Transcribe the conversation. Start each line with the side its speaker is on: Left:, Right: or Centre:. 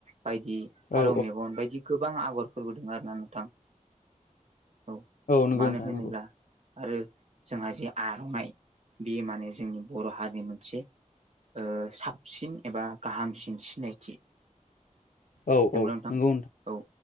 Right: बायदि फारौ
Left: औ
Right: मेगन बायदि गोबां आगरफोरबो दों आरो ना नोंथां औ
Left: नंगौ
Right: मानो
Left: नोंथां
Right: होनोब्ला
Left: नंगौ
Right: आरो जोंहा जे आर'नाइ बेयो माने जोंनि बर' हारिनि मोनसे ओ साबसिन एबा गाहामसिन सिनायथि नंगौ
Left: औ औ
Right: ना नोंथां
Left: नंगौ
Right: औ